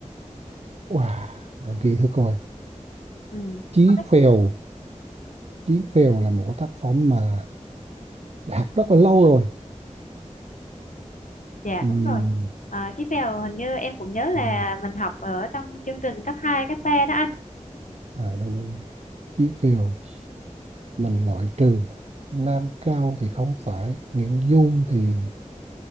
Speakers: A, on the right; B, on the left.
A: wow đợi kỳ thử coi
B: ừ.
A: Chí
B: Không biết.
A: Phèo Chí Phèo là một cái tác phẩm mà đã học rất là lâu rồi
B: dạ
A: Ừm,
B: đúng rồi à, chiếc mèo hình như em cũng nhớ là
A: ừm,
B: mình học ở trong chương trình cấp 2 cấp 3 đó anh
A: à đúng, đúng. Chí Phèo mình loại trừ Nam Cao thì không phải Nguyễn Du thì